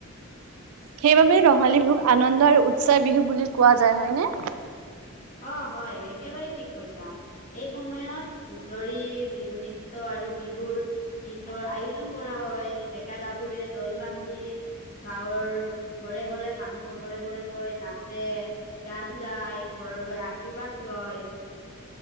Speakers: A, on the right; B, on the left.
A: সেইবাবে ৰঙালী বিহুক আনন্দ আৰু উৎসাহ বিহু বুলি কোৱা যায় হয়নে।
B: অঁ হয় একেবাৰে ঠিক কৈছা এই সময়ত হুঁচৰি বিহু নৃত্য আৰু বিহুৰ। গীতৰ আয়োজন কৰা হয়। ডেকা গাভৰুৰ দল বান্ধি গাঁৱৰ ঘৰে ঘৰে মানুহৰ ঘৰে ঘৰে গৈ নাচে গান গাই ঘৰ গৈ আশীৰ্বাদ লয়।